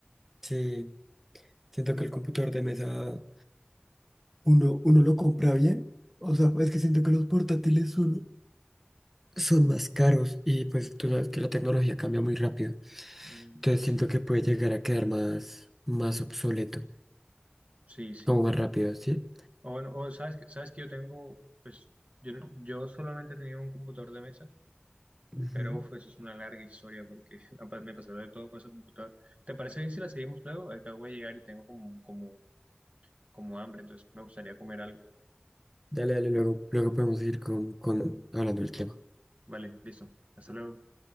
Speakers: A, in the centre; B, on the right (about 35°).
A: Sí, siento que el computador de mesa uno, uno lo compra bien. O sea, es que siento que los portátiles son, son más caros y pues tú sabes que la tecnología cambia muy rápido.
B: Mm,
A: Entonces siento
B: sí.
A: que puede llegar a quedar más, más obsoleto,
B: Sí, sí.
A: como más rápido, ¿sí?
B: O bueno, o sabes que, sabes que yo tengo, pues, yo, no- yo solamente tenía un computador de mesa,
A: Ujú.
B: pero uf, eso es una larga historia porque <laughs> apa- me pasó de todo con ese computador. ¿Te parece bien si la seguimos luego? Acabo de llegar y tengo como, como, como hambre, entonces me gustaría comer algo.
A: Dale, dale, luego, luego podemos seguir con, con hablando del tema.
B: Vale, listo. Hasta luego.